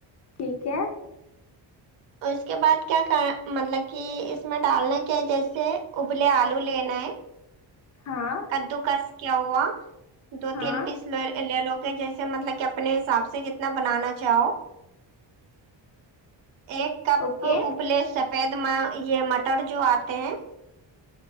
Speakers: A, on the left; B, on the right.
A: ٹھیک ہے
B: اور اس کے بعد کیا کا مطلب کی اس میں ڈالنا کیا جیسے ابلے آلو لینا ہے
A: ہاں
B: کددو کس کیا ہوا دو
A: ہاں
B: تین پیس لے لوگے جیسے مطلب کہ اپنے حساب سے جتنا بنانا چاہو ایک کپ
A: اوکے
B: ابلے سفید مہ یے مٹر جو آتے ہیں